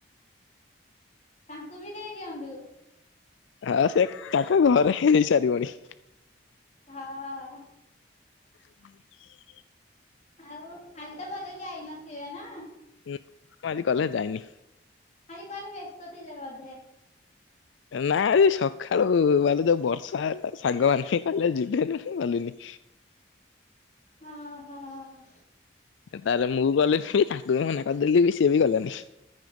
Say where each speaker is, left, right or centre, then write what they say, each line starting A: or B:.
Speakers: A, on the left; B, on the left.
A: ତାଙ୍କୁ ବି ଦେଇ ଦିଅନ୍ତୁ।
B: ହଁ ସେ ତାଙ୍କ ଘରେ ହେଇ ସାରିବଣି।
A: ହଁ, ଅ।
B: <unintelligible>
A: ଆଉ ଖାଲି ତ କଲେ ଯାଇନଥିବେ ନା।
B: ହୁଁ ମୁଁ ଆଜି କଲେ ଯାଇନି।
A: ଆାଜି କଆଡେ ବ୍ୟସ୍ତ ଥିଲେ ବୋଧେ?
B: ନା ଆଜି ସକାଳୁ ବାବୁ ଯୋଉ ବର୍ଷା ହେଲା ସାଙ୍ଗମାନେ <unintelligible> କଲେଜ୍ ଯିବେ ନି ହିଁ ଗଲିନି।
A: ହଁ, ହ।
B: ତାହେଲେ ମୁଁ ଗଲେନି ତାକୁ ବି ମନା କରିଦେଲି ବି ସିଏ ବି ଗଲାନି।